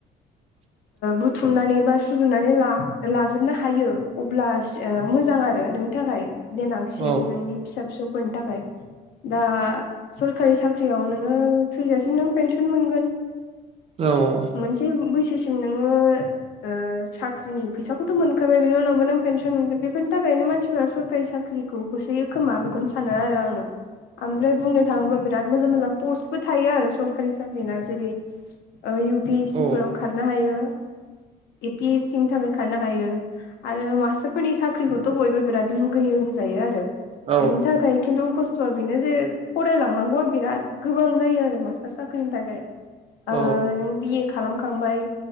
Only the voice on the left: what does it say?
बुथुमनानै बा सुजुनानै ला लाजोबनो हायो अब्ला मोजां आरो नों थाखाय देनांसिम
नोंनि फिसा फिसौफोरनि थाखाय दा सरखारि साख्रियाव नोङो थुइजासिम नों पेेनसन मोनगोन
मोनसे बैसोसिम नोङो ओ साख्रिनि फैसाखौथ' मोनखाबाय बेनि उनावबो नों पेेनसन मोनगोन बेफोरनि थाखायनो मानसिफोरा सरखारि साख्रि खौ होसोयो खोमा बेखौनो सानो आरो आङो । ओमफ्राय बुंनो थाङोब्ला बिराद मोजां मोजां पस्टबो थायो आरो सरकारि साख्रि ना जेरै इउ पि एस
सि फोराव खारनो हायो ए पि एस सि नि थाखाय खारनो हायो । आरो मास्टारफोरनि साख्रिखौथ' बयबो बिराद लुगैयो होनजायो आरो
बिनि थाखाय । खिन्थु खस्थ'आ बेनो जे फरायलांनांगौआ बिराद गोबां जायो आरो मास्टार साख्रिनि थाखाय
ओ नों बिए खालामखांबाय